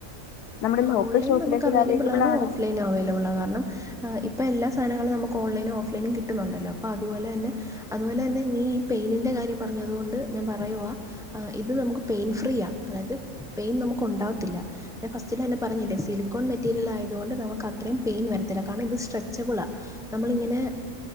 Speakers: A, on the left; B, in the centre.
A: നമ്മുടെ
B: ആ
A: ലോക്കൽ
B: ഓൺലൈൻ
A: ഷോപ്പിലൊക്കെ
B: നമുക്ക് അവൈലബിൾ
A: ഇത്
B: ആണ്
A: ആണോ
B: ഓഫ് ലൈൻ അവൈലബിൾ ആണ് കാരണം ഇപ്പൊ എല്ലാ സാധങ്ങൾ നമക്ക് ഓൺലൈനും ഓഫ് ലൈ നും കിട്ടുന്നുണ്ടല്ലോഅപ്പൊ അതുപോലെ തന്നെ അത് പോലെ തന്നെ നീ ഈ പെയിനിന്റെ കാര്യം പ പറഞ്ഞതുകൊണ്ട് ഞാൻ പറയുക ഇത് നമുക്ക് പെയിൻ ഫ്രീ ആ അതായത് പെയിൻ നമുക്ക് ഒ ണ്ടാവത്തില്ല ഞാ ഫസ്റ്റിൽ എന്നെ പറഞ്ഞില്ലേ സിലിക്കോൺ മെറ്റീരിയൽ ആയതുകൊണ്ട് നമുക്ക് അത്രയും പെയിൻ വരത്തില്ലാകാരണം ഇത് സ്ട്രെച്ചബിൾ ആ നമ്മള് ഇങ്ങനെ